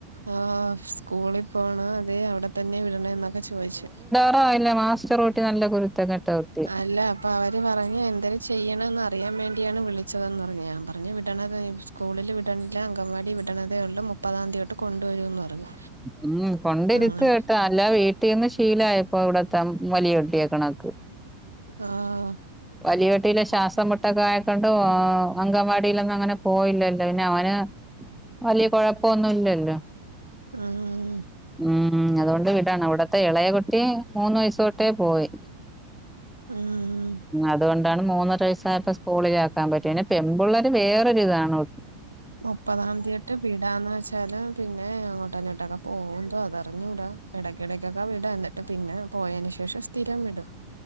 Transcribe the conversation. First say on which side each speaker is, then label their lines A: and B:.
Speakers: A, on the right; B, in the centre.
A: ആഹ് സ്കൂളിൽ പോണോ അതേ അവടെ തന്നെ വിടണെന്നൊക്കെ ചോയിച്ചു
B: ഓഹ് ഇല്ല മാസ്റ്റർ കുട്ടി നല്ല കുരുത്തങ്കെട്ട കുട്ടി
A: അല്ല അപ്പോ അവര് പറഞ്ഞ് എന്തരം ചെയ്യണെന്ന് അറിയാൻ വേണ്ടിയാണ് വിളിച്ചതെന്ന് പറഞ്ഞ് ഞാൻ പറഞ്ഞ് വിടണത് <unintelligible> സ്കൂളില് വിട്ണില്ല അങ്കൻവാടി വിടണതേ ഒള്ളൂ മുപ്പതാന്തിയൊട്ട് കൊണ്ടുവരൂന്ന് പറഞ്ഞു
B: ഉം കൊണ്ടിരുത്ത്
A: അങ്ങനെ
B: കേട്ടാ അല്ലാ വീട്ടീന്ന് ശീലായപ്പോ ഇവിടെത്ത വലിയ കുട്ടിയാ കണക്ക്
A: ആഹ്
B: വലിയ കുട്ടിയിലെ ശ്വാസം മുട്ടൊക്കെ ആയക്കൊണ്ടും ഓ അങ്കൻവാടിലൊന്നും അങ്ങനെ പോയില്ലല്ലോ പിന്നെ അവന് വലിയ കൊഴപ്പൊന്നുംല്ലല്ലോ
A: ഉം ഉം
B: ഉം ഉം അതുകൊണ്ട് വിടാണാ അവടത്തെ എളയ കുട്ടി മൂന്ന് വയസ് തൊ ട്ടേ പോയി
A: ഉം
B: അതുകൊണ്ടാണ് മൂന്നര വയസ്സായപ്പോ സ്കൂളിലാക്കാൻ പറ്റ് പിന്നെ പെമ്പിള്ളേര് വേറൊര് ഇതാണോ
A: മുപ്പതാം ന്തിയൊട്ട് വിടാന്ന് വെച്ചാല് പിന്നെ അങ്ങോട്ട് ഇഞോട്ടെക്കെ പോവും ന്തോ അതറിഞ്ഞൂടാ എടയ്ക്കിടക്കൊക്കെ വിടാ എന്നിട്ട് പിന്നെ പോയേന് ശേഷം സ്ഥിരം വിടും